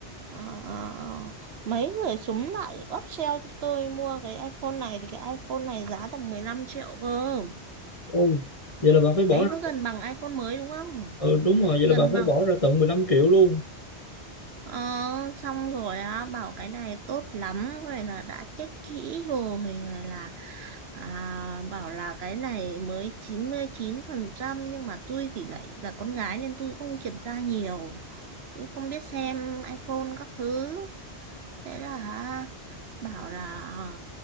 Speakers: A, on the right; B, on the left.
A: ờ, ờ, mấy người súng lại upsell cho tôi mua cái iPhone này thì cái iPhone này giá tầm 15 triệu cơ
B: Ồ, vậy là bà phải bỏ
A: đấy
B: ra
A: nó gần bằng iPhone mới đúng không
B: ừ, đúng rồi, vậy
A: gần
B: là bà phải
A: bằng
B: bỏ ra tận 15 triệu luôn.
A: Ờ, xong rồi á bảo cái này tốt lắm rồi là đã check kỹ rồi rồi là à, bảo là cái này mới chín chín mươi chín phần trăm nhưng mà tôi thì lại là con gái nên tôi cũng không kiểm tra nhiều tôi không biết xem iPhone các thứ thế là hả, bảo là ờ,